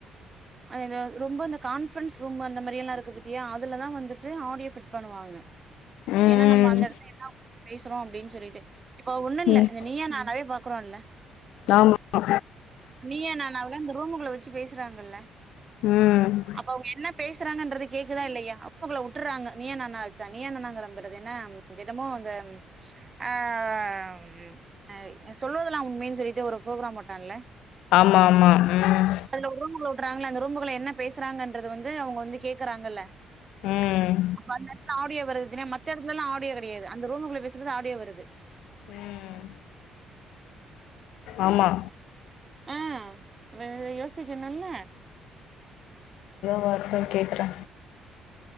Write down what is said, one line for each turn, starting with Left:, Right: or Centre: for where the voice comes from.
Right: இந்த ரொம்ப அந்த கான்ஃபரன்ஸ் ரூம் அந்த மாதிரி எல்லா இருக்கு பத்தியா அதுலதா வந்துட்டு ஆடியோ ஃபிட் பண்ணுவாங்க
Left: ம்
Right: ஏன்னா நம்ம அந்த இடத்துல எதாது பத்தி பேசுறோம் அப்டின்னு சொல்லிட்டு இப்ப ஒன்னு இல்ல
Left: ம் ம்
Right: இந்த நீயா நானாவே பாக்குறோம்ல்ல
Left: ஆமா
Right: நீயா நானேல இந்த ரூமுக்குள்ள வச்சி பேசுறாங்கல
Left: ம்
Right: அப்ப அவுங்க என்ன பேசுறாங்கன்றது கேக்குதா இல்லயா ரூமுக்குள்ள வுட்டுறாங்க நீயா நானா ஆச்சா நீயா நானாங்றேன்பாறு என்ன தினமும் அந்த அ ம் அ சொல்லவதெல்லாம் உண்மைன்னு சொல்லிட்டு ஒரு ப்ரோக்ராம் போட்டான்ல
Left: ஆமா ஆமா ம்
Right: ஒரு ரூமுகுள்ள வுட்டுறாங்க அந்த ரூமுகுள்ள என்ன பேசுறாங்கன்றது வந்து அவுங்க வந்து கேக்குறாங்கல்ல
Left: ம்
Right: அப்ப அந்த இடத்து ஆடியோ வருதுன்னா மத்த இடத்துலலா ஆடியோ கெடையாது அந்த ரூமுக்குள்ள பேசுறது ஆடியோ வருது
Left: ம் ஆமா
Right: ஆ அவ அத யோசிக்கணுல
Left: <unintelligible> கேக்குறே